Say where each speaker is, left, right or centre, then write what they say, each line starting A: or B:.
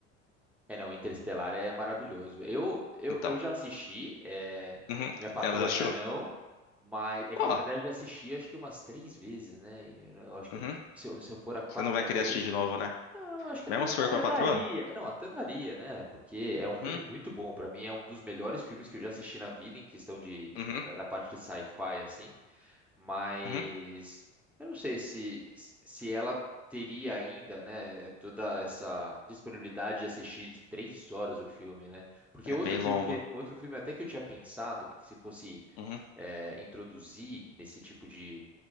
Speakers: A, in the centre; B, on the left.
A: É, não, Interestelar é maravilhoso. Eu, eu,
B: Então,
A: eu já assisti, é,
B: uhum,
A: minha patroa
B: ela já achou?
A: ainda não, mas é
B: Ó,
A: que na verdade eu já assisti acho que umas três vezes, né? E Eu, eu acho que
B: uhum,
A: se eu, se eu for a quarta
B: você não vai querer
A: vez,
B: assistir de novo, né?
A: não, eu acho que até,
B: Mesmo se for
A: até
B: com a patroa?
A: daria. Não, até daria, né? Porque é um
B: Uhum.
A: filme muito bom. Pra mim é um dos melhores filmes que eu já assisti na vida em questão de
B: uhum.
A: é, da, da parte de sci-fi assim. Mas
B: Uhum.
A: eu não sei se, se ela teria ainda, né, toda essa disponibilidade de assistir de três horas o filme, né? Porque
B: É
A: outro
B: bem longo.
A: filme que outro filme até que eu tinha pensado, porque se fosse
B: Uhum.
A: eh, introduzir nesse tipo de,